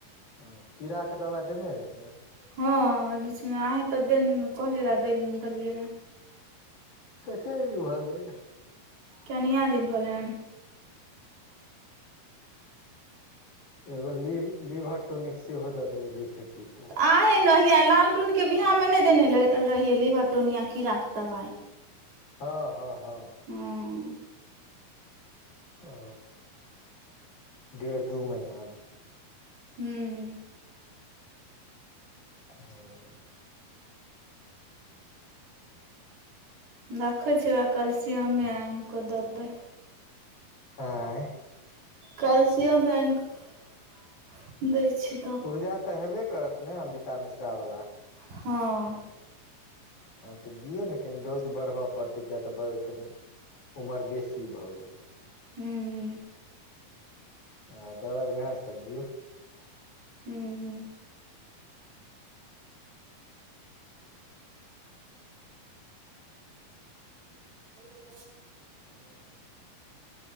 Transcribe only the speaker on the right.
हँ बीचमे, अही तऽ देन्, कहले रहियै, दैल निकलियै रैह।
कनिया दीन भेलैहन?
आ हे ने हैयै, लालटूनके बियाहमे नय देने रहियै लीवर टोनया कीड़ाके दवाइ
हँ
हूं।
दखै छिय वैह कैल्सियमे आनि कऽ देब
कल्सियम एन कऽ दै छी
हँ
हू
हू होएते द <unintelligible>